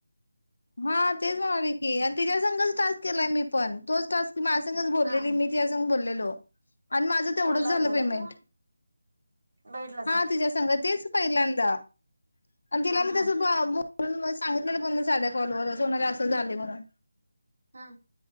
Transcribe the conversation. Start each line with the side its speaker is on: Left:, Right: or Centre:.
Left: हा तेच म्हणालोय की आणि तिज्या संगच काल केलाय मी पण तोच टास्क ती माझ्या सांगच बोललेली
Right: हा
Left: मी तिज्या संग बोललेलो. आणि माझं तेवढंच
Right: बोलला
Left: झालं
Right: होता
Left: पेमेंट
Right: व्हय तेव्हा बैठलासा
Left: हा
Right: काय
Left: तिज्या संगच तेच पहिल्यांदा आणि तिला
Right: हा
Left: मी
Right: हा
Left: तस ब - बोलुन सांगितलेल पण मीच साध्या कॉलवर अस म्हणजे असं झालय म्हणून
Right: हा.